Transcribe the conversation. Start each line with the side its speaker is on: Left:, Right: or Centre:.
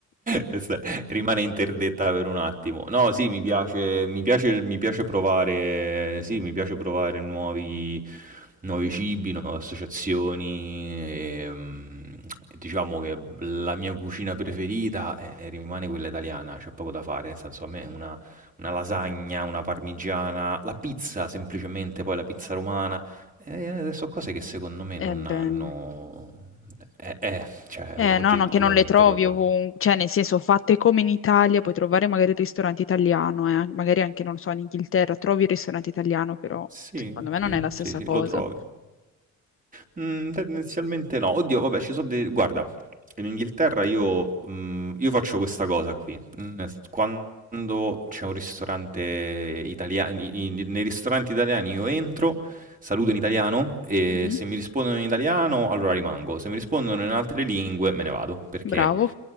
Right: Questa Rimane interdetta per un attimo. No, sì, mi piace, mi piace, mi piace provare, sì, mi piace provare nuovi, nuovi cibi, nuove associazioni. e, mm, diciamo che la mia cucina preferita eh, eh, rimane quella italiana, c'è poco da fare. Nel senso, a me una, una lasagna, una parmigiana, la pizza semplicemente, poi la pizza romana. eh, eh, sono cose che secondo me non
Left: Eh beh.
Right: hanno... Eh, eh, cioè,
Left: Eh,
Right: oggettivamente
Left: no, no, che non le trovi
Right: proprio.
Left: ovunque, cioè nel senso fatte come in Italia, puoi trovare magari il ristorante italiano, eh, Magari anche, non lo so, in Inghilterra trovi il ristorante italiano, però
Right: Sì,
Left: secondo me
Right: sì,
Left: non è la stessa
Right: sì, sì,
Left: cosa.
Right: lo trovi. Mhmm, tendenzialmente no. Oddio, vabbè, ci so' de guarda, in Inghilterra io mhmm, io faccio questa cosa qui, nel s quando c'è un ristorante italia i i nei ristoranti italiani io entro, saluto in italiano e
Left: Mhm.
Right: se mi rispondono in italiano allora rimango, se mi rispondono in altre lingue me ne vado, perché,
Left: Bravo,